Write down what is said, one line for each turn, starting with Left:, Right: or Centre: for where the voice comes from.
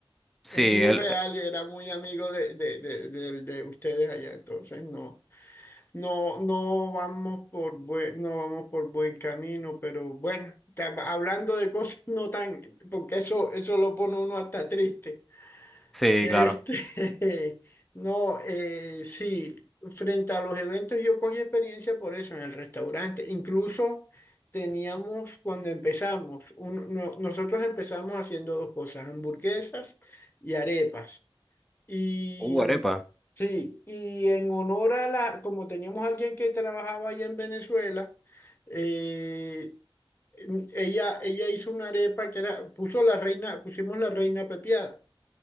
Centre: Sí,
Left: es muy
Centre: él,
Left: real y era muy amigo de, de, de, de- de ustedes allá, entonces no, no, no vamos por buen, no vamos por buen camino, pero bueno, ca- hablando de cosas no tan, porque eso, eso lo pone uno hasta triste.
Centre: sí,
Left: Este,
Centre: claro.
Left: <laughs> no, eh, sí, frente a los eventos yo cogí experiencia por eso en el restaurante. Incluso teníamos, cuando empezamos, un- no- nosotros empezamos haciendo dos cosas, hamburguesas y arepas. Y
Centre: Uh, arepa.
Left: sí, y en honor a la, como teníamos alguien que trabajaba allá en Venezuela, eh, ella, ella hizo una arepa que era, puso la reina, pusimos la reina pepiada.